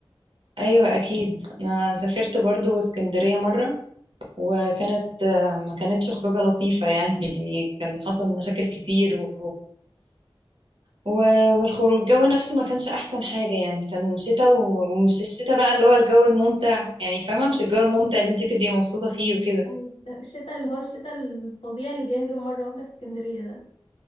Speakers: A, on the right; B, on the left.
A: ايوه اكيد انا سافرت برضو اسكندريه مره وكانت آه، ما كانتش خروجه لطيفه يعني <laughs> يعني كان حصل مشاكل كتير و... و... والخروج الجو نفسه ما كانش احسن حاجه يعني كان شتاء و... ومش الشتاء بقى اللي هو الجو الممتع يعني فاهمه مش الجو الممتع اللي انت تبقي مبسوطه فيه وكده
B: أيوة. الشتاء اللي هو الشتاء الفظيع اللي بيهجم مرة واحدة في اسكندرية ده